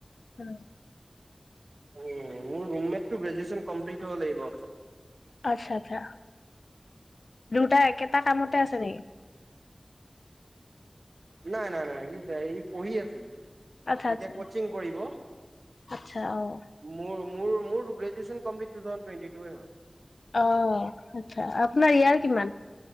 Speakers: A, on the left; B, on the right.
A: উম
B: মোৰৰুমমেটটো গ্ৰেজন কম্লিট হ'ব লাগিব
A: আচ্ছা আচছা দুটােটা কামতে আছে নেকি
B: নাই নাই নাই সি ইি পঢ়ি আছিল
A: আচ্ছা
B: এতিয়া
A: আচ্ছা
B: কচিং কৰিব
A: আচ্ছা আহ
B: মোৰ মোৰ মোৰ গ্ৰেুৱেচন কমলিট থাউেড টুৱেটি টে হয়
A: অ আচ্ছা আপোনাৰ ইয়াৰ কিমান